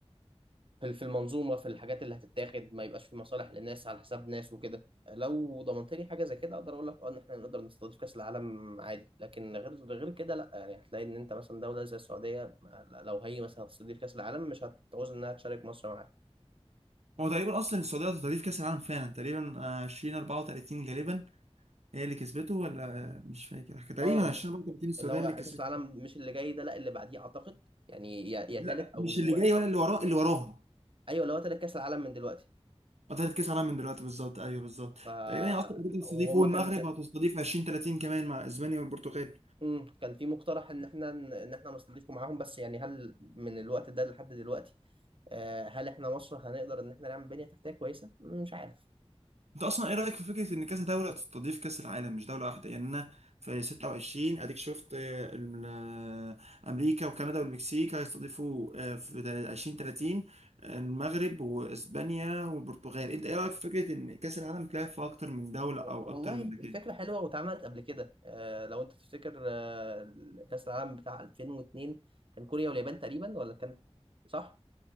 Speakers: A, on the right; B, on the right.
A: في في المنظومه في الحاجات اللي هتتاخد ما يبقاش في مصالح لناس على حساب ناس وكده لو ضمنت لي حاجه زي كده اقدر اقول لك اه ان احنا نقدر نستضيف كاس العالم عادي لكن غير غير كده لا يعني هتلاقي ان انت مثلا دوله زي السعوديه ما- لو هي مثلا هتستضيف كاس العالم مش هتعوز انها تشارك مصر معاها
B: هو تقريبا اصلا السعودية هتستضيف كاس العالم فعلا تقريبا آه، 20 34 غالبا هي اللي كسبته ولا مش فاكر تقريبا
A: اه
B: 20 برضه تيم السودان
A: اللي هو
B: اللي كسبته
A: كاس العالم مش اللي جاي ده لا اللي بعديه اعتقد يعني يا يا
B: لا
A: تالت
B: مش
A: او
B: اللي جاي ولا اللي وراه اللي وراها
A: ايوه اللي هو تالت كاس العالم من دلوقتي
B: بطلت كاس عالم من دلوقتي بالظبط ايوه بالظبط
A: ف
B: تقريبا هي اصلا بتستضيف
A: وهما
B: والمغرب
A: كان
B: هتستضيف 20 30 كمان مع اسبانيا والبرتغال
A: امم كان في مقترح ان احنا ان احنا نستضيفكم معاهم بس يعني هل من الوقت ده لحد دلوقتي آه، هل احنا مصر هنقدر ان احنا نعمل بنية تحتية كويسة؟ مش عارف
B: انت اصلا ايه رايك في فكره ان كذا دوله تستضيف كاس العالم مش دوله واحده يعني انا في 26 اديك شفت آه، ال- آه، امريكا وكندا والمكسيك هيستضيفوا آه، في 20 30 المغرب واسبانيا والبرتغال انت ايه رايك في فكره ان كاس العالم تلعب في اكتر من دوله
A: و-
B: او
A: والله
B: اكتر من
A: الفكرة
B: مكان
A: حلوة واتعملت قبل كده آه، لو انت تفتكر آه، كأس العالم بتاع 2002 كان كوريا واليابان تقريبا ولا كان صح؟